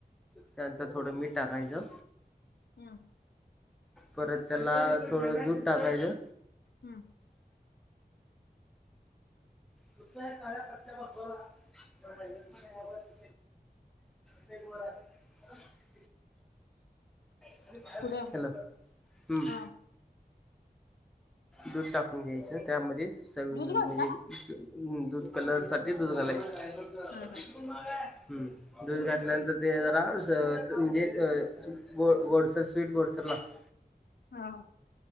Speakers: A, in the centre; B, on the left (about 85°).
A: त्यानंतर थोडं मीठ टाकायचं.
B: ह,
A: परत त्याला थोडं दूध टाकायचं.
B: हम्म
A: नुत काळ्या प्रते बसला. <unintelligible> ड सु क
B: <inaudible>
A: <unintelligible> हॅलो
B: पुढं
A: हम्म.
B: हा
A: दूध टाकून घ्यायचं त्यामध्ये सवी
B: दूध
A: न
B: घालता
A: म्हणजे. च दूध कलर साठी दूध घालायच हम्म.
B: हा हा
A: दूध घातल्यानंतर ते जरा म्हणजे ग गो गोडसर स्वीट गोडसर लागत.
B: <inaudible> हा,